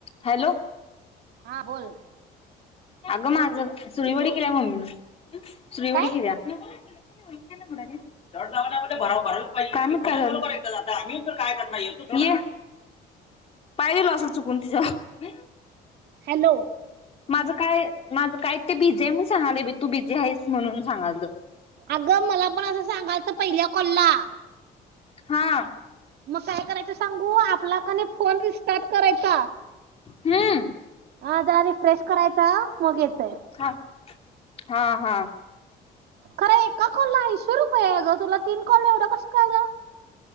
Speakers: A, on the left; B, on the right.
A: Hello,
B: हा बोल ना.
A: अगं माझं, सुळीवडी केल्या मम्मीन. सुळीवडी
B: काय
A: केलिया. <unintelligible> <unintelligible> पाय दिला असल चुकून तिच्यावर.
B: हॅलो
A: माझ काय माझं काय ते बीजी म्हणूण सांगलय बाई. तू बिझी आहेस म्हणून सांगालत
B: अगं मला पण असं सांगालत पहिल्या कॉल ला.
A: हा.
B: मग काय करायचं सांगू आपला का नाही फोन रिस्टार्ट करायचा.
A: हम्म.
B: हा आता रीफ्रेश करायचा मग येतंय.
A: हा हा हा.
B: खरं एका कॉलला ऐंशीे रुपये आहे ग तुला तीन कॉल एवढा कस काय आला.